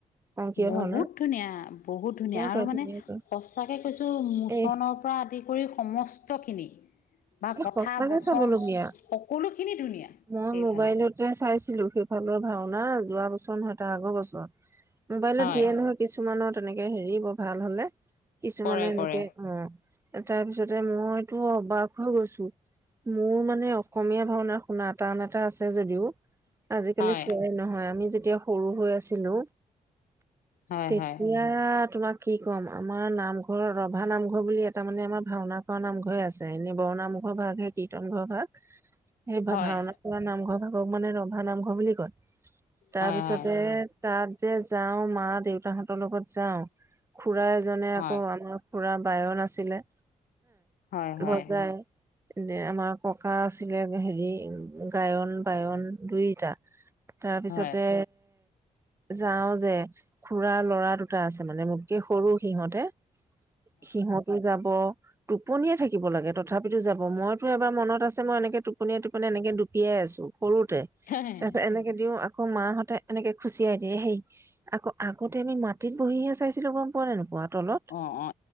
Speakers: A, on the right; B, on the left.
A: অংকীয়া
B: বহুত
A: ভাওনা
B: ধুনীয়া বহুত ধুনীয়া আৰু
A: কৰে
B: মানে
A: ধুনীয়া কৰে
B: সচাকে কৈছো মুচনৰ
A: এ
B: পৰা আদি কৰি সমস্তখিনি। বা
A: এ
B: কথা
A: সঁচাকে
B: বচন
A: চাবলগীয়া
B: সকলোখিনি ধুনীয়া
A: মই
B: সেইফালে
A: মোবাইলতে চাইছিলো সে- ভালৰ ভাওনা যোৱা বছৰ নহয় তাৰ আগৰ বছৰ মোবাইলত
B: হয়
A: দিয়ে নহয় কিছুমানত তেনেকে হেৰি ব ভাল হলে কিছুমানে
B: কৰে
A: এনেকে
B: কৰে
A: অ তাৰ পিছতে মইতো অবাত হৈ গৈছো মোৰ মানে অসমীয়া ভাওনা শুনা টান এটা আছে যদিও আজিকালি
B: হয়
A: চোৱাই নহয় আমি যেতিয়া সৰু হৈ আছিলো
B: হয়
A: তেতিয়া
B: হয়
A: তোমাক কি ক'ম আমাৰ নামঘৰ ৰভা নামঘৰ বুলি এটা মানে আমাৰ ভাওনা খ নামঘৰে আছে এনে বৰণামখৰ ভাগ সেই কীৰ্তন ঘৰ ভাগ সেই ভাগ
B: হয়
A: ভাওনা পৰা নামঘৰ ভাগ <unintelligible> ধৰক মানে ৰভা নামঘৰ বুলি কয় তাৰপিছতে
B: হয় হয়
A: তাত যে যাওঁ মা দেউতাহঁতৰ লগত যাওঁ খুৰা এজনে
B: হয়
A: আকৌ আমাৰ পুৰা বায়ৰ নাছিলে
B: হয় হয়
A: মজাই আমাৰ ককা আছিলে হেৰি গায়ন বায়ন দুইটা তাৰপিছতে
B: হয়
A: যাও যে খুৰাাৰ লৰা দুটা আছে মানে মোককেই সৰু সিহঁতে সিহতো যাব টোপনিয়ে থাকিব শিব লাগে তথাপিতো যাব মইতো এবাৰ মত আছে মই এনেকে টোপন টোপনিয় এনেকে ডুপিয়াই আছো সৰুতে
B: হয়
A: তাৰপিছত এনেকে দিওঁ আকৌ মাহঁতে এনেকে খুচিয়াই দিয়ে হেই আকৌ আগতে আমি মাটিত বহিহে চাইছিলো গম পোৱা নে নোপোৱা তলত
B: অ অ